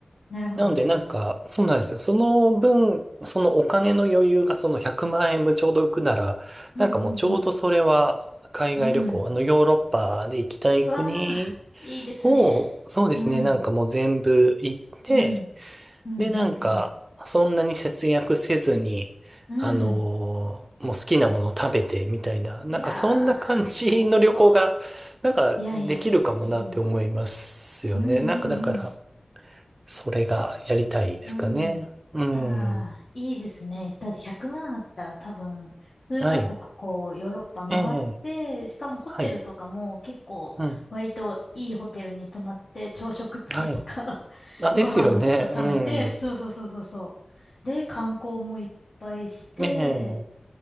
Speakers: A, on the left (about 70°); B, on the right (about 40°).
A: なるほどなるほど。
B: なので、なんか、そうなんですよ。その分、そのお金の余裕がその100万円分ちょうど浮くなら、
A: うんうんうん。
B: なんかもうちょうどそれは海外旅行、
A: うん。
B: あのヨーロッパで行きたい国
A: うわあ、いいですね。
B: を、そうですね、
A: うん。
B: なんかもう全部行って、
A: うん。うんうんうん。
B: で、なんか、そんなに節約せずに、
A: うん。
B: あのーもう好きなものを食べてみたいな、
A: いやー、
B: なんかそんな感じの旅行が、
A: 最高。
B: なんかできるかもなって思いますよね。
A: いやいやいや、いい。うんうんうん。
B: なんかだから、それがやりたいですかね。
A: うん。
B: うん。
A: ああ、いいですね。だって100万あったら多分、数カ国こう、
B: はい。
A: ヨーロッパ回って、
B: ええ。
A: しかもホテルとかも結構、
B: はい。うん。
A: 割といいホテルに泊まって、朝食付きとか
B: はい。
A: <laughs>
B: あ、ですよね。
A: ご飯もちょっと食べて、
B: うん。
A: そうそうそうそうそう。で、観光もいっぱいして、
B: ええ。